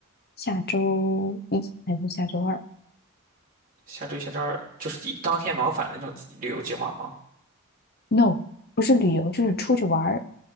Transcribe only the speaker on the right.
下周一、下周二就是一当天往返的那种旅游计划吗？